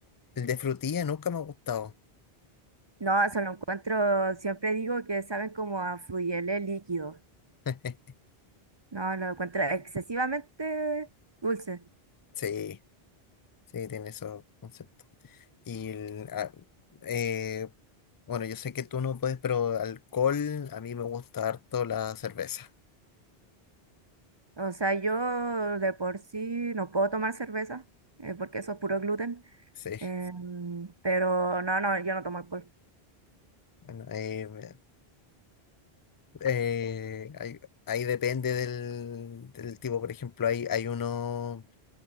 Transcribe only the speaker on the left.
El de frutilla nunca me ha gustado.
<laughs>
Sí, sí, tiene esos conceptos. Y, el- ah, eh, bueno, yo sé que tú no puedes, pero alcohol, a mí me gusta harto la cerveza.
Sí,
bueno, eh, <laughs> me- eh, ahí, ahí depende del, del tipo, por ejemplo, hay, hay uno...